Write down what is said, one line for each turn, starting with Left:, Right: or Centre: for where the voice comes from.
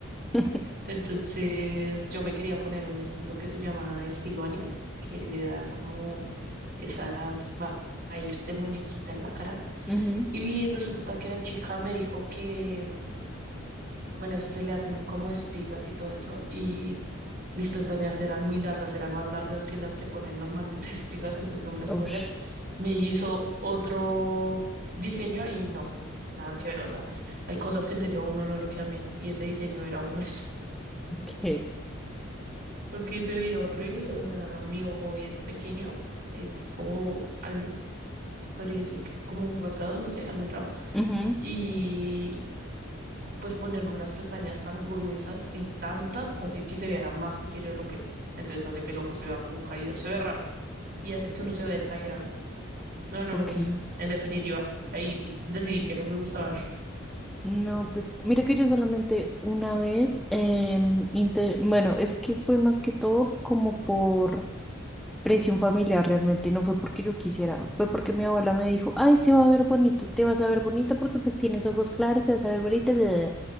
Centre: <laughs>
Right: Entonces yo me quería poner un estilo que se llama estilo anime, que le da como esas va- vibes de muñequita en la cara.
Centre: ujú.
Right: Y resulta que la chica me dijo que, bueno, eso se le hacen como espigas y todo eso. Y mis pestañas eran muy largas, eran más largas que las que ponen normalmente <laughs> espigas, entonces no me las
Centre: Ush,
Right: puedo hacer. Me hizo otro diseño y no, nada que ver. O sea, hay cosas que en serio a uno no le quedan bien. Y ese diseño era uno de esos.
Centre: ok.
Right: <laughs> Porque se veía horrible. O sea, mi ojo es pequeño, es como, al- podría decir que como rasgado, no sé, almendrado.
Centre: ujú,
Right: Y pues ponerme unas pestañas tan gruesas y tantas hace que se vea más pequeño de lo que es. Entonces hace que el ojo se vea como caído, se ve raro y hace que uno se vea exagerado. No, no
Centre: ok.
Right: me gusta. En definitiva, ahí decidí que no me gustaban. <laughs>
Centre: No, pues mira que yo solamente una vez, em, inte- bueno, es que fue más que todo como por presión familiar realmente no fue porque yo quisiera, fue porque mi abuela me dijo, ay, se va a ver bonito, te vas a ver bonito porque pues tienes ojos claros, te vas a ver bonita. da, da, da".